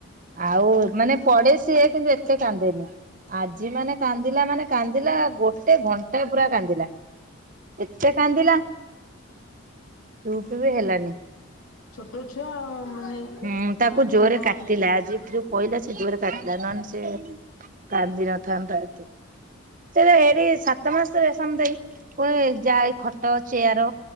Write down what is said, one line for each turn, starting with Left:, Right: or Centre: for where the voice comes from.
Right: ଆଉ ମାନେ ପଡେ ସିଏ କିନ୍ତୁ ଏତେ କାନ୍ଦେନି ଆଜି ମାନେ କାନ୍ଦିଲା ମାନେ କାନ୍ଦିଲା ଗୋ ଗୋଟେ ଘଣ୍ଟା ପୁରା କାନ୍ଦିଲା ଏତେ କାନ୍ଦିଲା। ଚୁପ ବି ହେଲାନି।
Left: ଛୋଟ ଛୁଆ ମାନେ
Right: ହୁଁ ତାକୁ
Left: ମାନସ
Right: ଜୋରରେ
Left: ଟା
Right: କାଟିଲା ଆଜି ଯୋ ପଇଲା ସେ ଜୋରେ କାନ୍ଦିଲା ନହେଲେ ସେ କାନ୍ଦିିନଥାନ୍ତା ଏତେ। ସେ ଏରେ ସାତ ମାସେ ସମଥିଙ୍ଗ ପୁଣି ଯା ଏଇ ଖଟ ଚେୟାର